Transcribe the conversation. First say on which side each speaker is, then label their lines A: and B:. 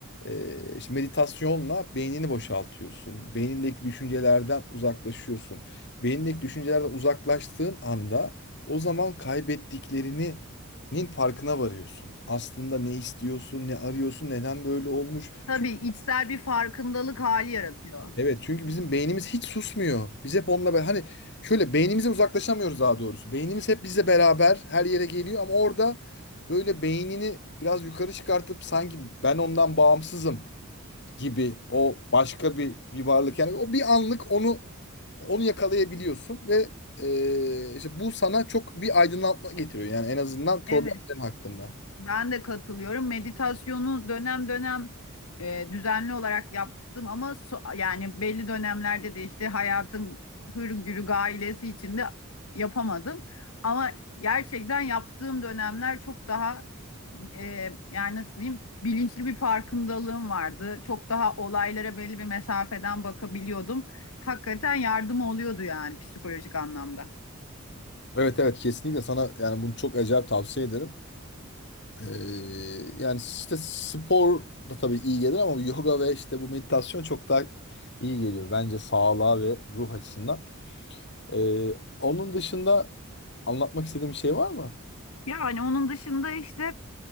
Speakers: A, on the left; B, on the left.
A: e, işte meditasyonla beynini boşaltıyorsun. Beynindeki düşüncelerden uzaklaşıyorsun. Beynindeki düşüncelerden uzaklaştığın anda o zaman kaybettiklerinin farkına varıyorsun. Aslında ne istiyorsun, ne arıyorsun, neden böyle olmuş.
B: Tabii
A: Çünkü
B: içsel bir farkındalık hali yaratıyor.
A: Evet çünkü bizim beynimiz hiç susmuyor. Biz hep onunla beraber hani şöyle beynimize uzaklaşamıyoruz daha doğrusu. Beynimiz hep bizle beraber her yere geliyor ama orada böyle beynini biraz yukarı çıkartıp sanki ben ondan bağımsızım gibi o başka bir bir varlık yani o bir anlık onu onu yakalayabiliyorsun ve e, işte bu sana çok bir aydınlatma getiriyor yani en azından problemlerin
B: Evet.
A: hakkında.
B: Ben de katılıyorum. Meditasyonu dönem dönem e, düzenli olarak yaptım ama so- yani belli dönemlerde de işte hayatın hır gailesi içinde yapamadım. Ama gerçekten yaptığım dönemler çok daha e, yani nasıl diyeyim bilinçli bir farkındalığım vardı. Çok daha olaylara belli bir mesafeden bakabiliyordum. Hakikaten yardım oluyordu yani psikolojik anlamda.
A: Evet evet kesinlikle sana yani bunu çok acayip tavsiye ederim. Ee, yani işte spor da tabii iyi gelir ama yoga ve işte bu meditasyon çok daha iyi geliyor bence sağlığa ve ruh açısından. Ee, onun dışında anlatmak istediğim bir şey var mı?
B: Yani onun dışında işte